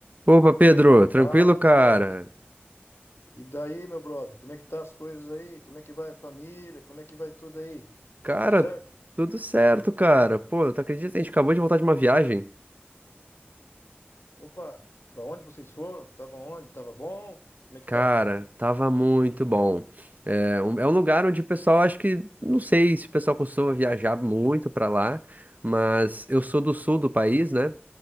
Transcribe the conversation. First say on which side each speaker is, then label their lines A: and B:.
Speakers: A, on the right; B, on the left.
A: Opa, Pedro, tranquilo,
B: Fala, amigão.
A: cara?
B: E daí, meu brother? Como é que tá as coisas aí? Como é que vai a família? Como é que vai tudo aí?
A: Cara,
B: Tudo certo?
A: tudo certo, cara. Pô, tu acredita? A gente acabou de voltar de uma viagem.
B: Opa, pra onde vocês foram? Tava onde? Tava bom? Como é que
A: Cara,
B: tava?
A: tava muito bom. É um, é um lugar onde o pessoal, acho que, não sei se o pessoal costuma viajar muito pra lá, mas eu sou do sul do país, né?